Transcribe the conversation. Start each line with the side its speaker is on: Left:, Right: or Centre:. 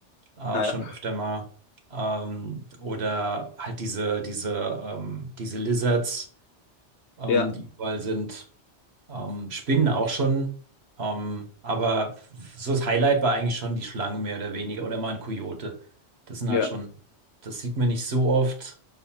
Right: äh,
Left: ja,
Right: schon öfter mal. Ähm, oder halt diese, diese, ähm, diese Lizards, ähm,
Left: ja,
Right: die überall sind. Ähm, Spinnen auch schon. Ähm, aber so das Highlight war eigentlich schon die Schlange mehr oder weniger. Oder mal ein Kojote. Das sind
Left: ja,
Right: halt schon, das sieht man nicht so oft.